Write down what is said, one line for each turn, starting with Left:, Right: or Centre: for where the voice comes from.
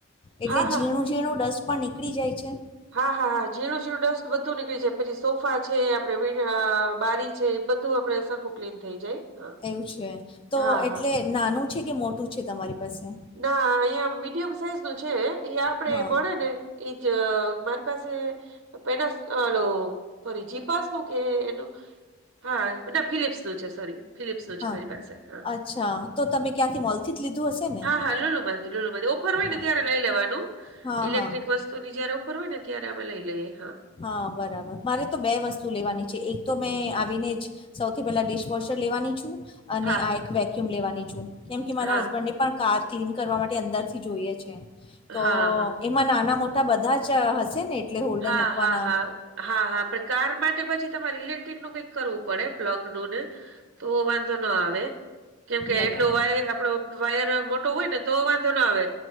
Left: એટલે
Right: હા હા હા
Left: ઝીણું ઝીણું ડસ્ટ પણ નીકળી જાય છે.
Right: હા હા હા ઝીણુંઝીણું ડસ્ટ બધુ નીકળી જાય. પછી સોફા છે આપડે બારી છે એ બધું આપડે સરખું ક્લીન થઈ જાય.
Left: એવું છે તો
Right: હા
Left: એટલે
Right: હા
Left: નાનું છે, કે મોટું છે તમારી પાસે?
Right: ના અહિયાં મીડિયમ સાઈઝ નું છે એ આપણેે
Left: હા
Right: મળે ને. એજ મારી પાસે પેલો ઓલુ સોરી ચીપ પાસનું કે એનું હા મતલબ ફિલિપ્સ નું છે સોરી ફિલિપ્સ નું છે
Left: હા
Right: મારી પાસે હા.
Left: અચ્છા તો તમે ક્યાંથી મોલ થી જ લીધું હશે. ને
Right: હા હા લુલુ માથી લુલુ માથી ઓફર હોય ને
Left: હા
Right: ત્યારે લઈ લેવાનું
Left: હા
Right: ઇલેક્ટ્રિક
Left: હા
Right: વસ્ તું ની જયારે ઉપર હોય ને ત્યારે અમે લઈ લઈએ હા.
Left: હા બરાબર મારે તો બે વસ્તુ લેવાની છે, એક તો મેં આવીને જ સૌથી પેલા ડિશવોશર લેવાની છું. અને
Right: હા
Left: આ એક વેક્યુમ લેવાની છું, કેમ કે મારા
Right: હા
Left: હસબન્ડને પણ કાર ક્લીન કરવા માટે અંદર થી જોઈએ છે, તો
Right: હા હા
Left: એમાં નાના મો ટા બધા જ હશે ને એટલે હોલ્ડર
Right: હા
Left: મૂકવાના
Right: હા હા હા હા. કાર માટે પછી તમારે ઇલેક્ટ્રિક નું કઈક કરવું પડે પ્લગ નું ને તો વાંધો ન આવે કેમકે
Left: બરાબર
Right: એટલો વાયર આપડો વાયર મોટો હોય ને તો વાંધો ના આવે